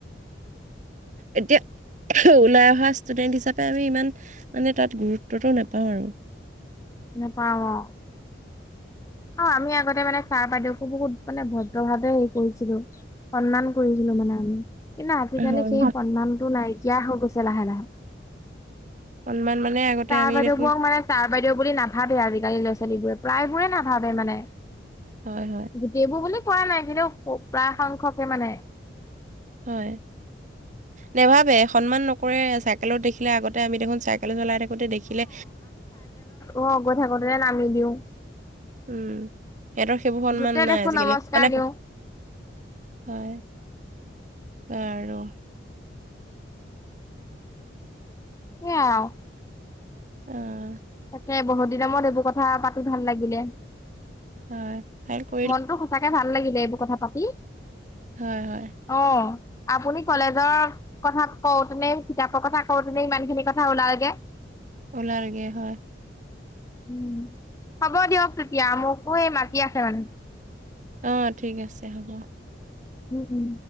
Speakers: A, on the right (about 40°); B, on the left (about 15°).
A: এতিয়া। <unintelligible> ওলাই অহা ষ্টুডেণ্ট হিচাপে আমি ইমান মানে তাত গুৰুত্বটো নোপাওঁ আৰু
B: নেপাওঁ অঁ। অ' আমি আগতে মানে চাৰ বাইদেউকো বহুত মানে ভদ্ৰ ভাৱে হেৰি কৰিছিলো সন্মান কৰিছিলো মানে আমি কিন্তু আজিকালি
A: হয়
B: সেই সন্মানটো নাইকিয়া হৈ গৈছে লাহে লাহে।
A: সন্মান মানে আগতে
B: তাৰ
A: আমি
B: বাইদেউবোৰক
A: দেখোন
B: মানে তাৰ বাইদেউ বুলি নাভাবেই আজিকালি ল'ৰাৱালী বোৰে প্ৰায়বোৰে নাভাবে মানে।
A: হয় হয়।
B: গোটেইবোৰ বুলি কোৱা নাই কিন্তু, প্ৰায় সংখ্যকে মানে।
A: হয় নেভাবে। সন্মান নকৰে চাইকেলত দেখিলে আগতে আমি দেখোন চাই কেল চলাই থাকোতে দেখিলে
B: অঁ গৈ থাকোতেই নামি দিওঁ।
A: উম, হেঁতৰ সেইবো সন্মান
B: য'তে
A: নাই
B: দেখো
A: আজিকালি
B: নমস্কাৰ
A: মানে
B: দিওঁ
A: হয় আৰু
B: এ আও
A: অঁ
B: তাকে বহুত দিনৰ মোৰত এইবোৰ কথা পাতি ভাল লাগিলে।
A: হয় হে ক'
B: মনটো সঁচাকে ভাল লাগিলে, এইবোৰ কথা পাতি।
A: হয় হয়।
B: অঁ আপুনি কলেজত কথা কওঁতেনে, কিতাপৰ কথা কওঁতেনে, ইমান খিনি কথা ওলালেগে।
A: ওলালেগে হয়।
B: উম হ'ব দিয়ক তিতিয়া, মোকো এই মাতি আছে মানে।
A: অঁ ঠিক আছে হ'ব।
B: উম উম।